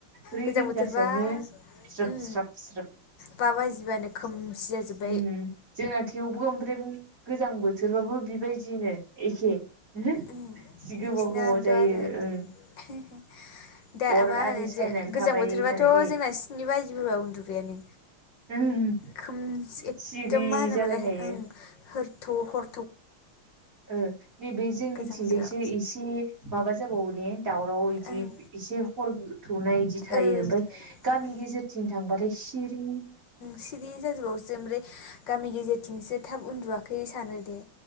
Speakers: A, on the right; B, on the left.
A: ब्रै
B: गोजां
A: रिंगासोयावनो
B: बोथोरबा
A: स्रोप
B: उम
A: स्रोप स्रोप
B: बा बाजिबानो खोमसि जाजोब
A: ओम जोंना थेवबो ओमफ्राय गोजां बोथोरबाबो बिबायदिनो एखे जि
B: उम नोंसिना
A: गोबाव गोबाव
B: आंथ'
A: जायो
B: आरो
A: ओं
B: <unintelligible> दा
A: अर
B: मा होनो
A: आरि सायनानै
B: जों गोजां
A: थाबाय
B: बोथोरबाथ'
A: थानाय
B: जोंना स्नि बाजिफोरबा उन्दुबायानो
A: जायो
B: खोमसि एखदम
A: सिरि
B: मा होनोमोनलाय
A: जालायखायो
B: ओं हरथौ हर
A: ओ नै बे जोंनिथिंजायसो
B: गोजां बोथोराव
A: एसे माबा जाबावो ने दावराव बिदि
B: ओं
A: एसे हर थौनाय बिदि थायो
B: ओ
A: ओमफ्राय गामि
B: ओं
A: गेजेरथिं थांबाथाय सिरि
B: सिरि जाजोबावोसो ओमफ्राय गामि गेजेरथिंसो थाब उन्दुवाखै सानो दे